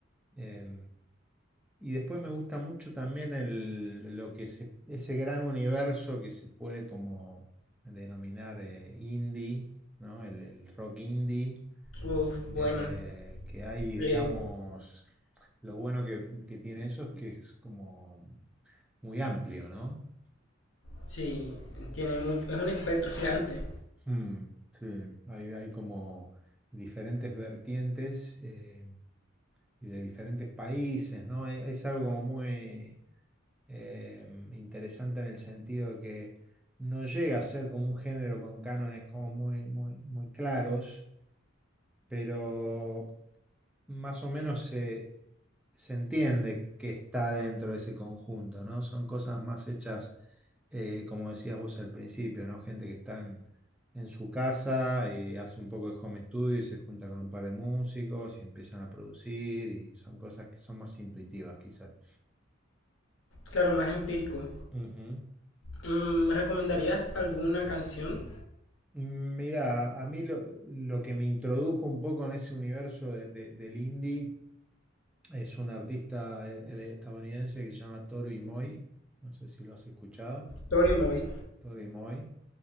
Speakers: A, in the centre; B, on the left.
A: eh, y después me gusta mucho también el, lo que se- ese gran universo que se puede como denominar eh, indie, ¿no? El, el rock indie,
B: Uf, buena.
A: eh, que hay, digamos,
B: Eh,
A: lo bueno que, que tiene eso es que es como muy amplio, ¿no?
B: sí, tiene mucho. Es un espectro <laughs> gigante.
A: Mm, sí, hay, hay como diferentes vertientes eh, y de diferentes países, ¿no? Es, es algo muy eh, interesante en el sentido de que no llega a ser como un género con cánones como muy, muy, muy claros, pero más o menos se, se entiende que está dentro de ese conjunto, ¿no? Son cosas más hechas, eh, como decías vos al principio, ¿no? Gente que está en, en su casa y hace un poco de home studio y se junta con un par de músicos y empiezan a producir y son cosas que son más intuitivas quizás.
B: Claro, más empírico.
A: Ujú.
B: Mm, ¿Me recomendarías alguna canción?
A: Mira, a mí lo, lo que me introdujo un poco en ese universo de- de- del indie es un artista eh, eh, estadounidense que se llama Toro y Moi. No sé si lo has escuchado,
B: Tori Moy.
A: Toro y Moi.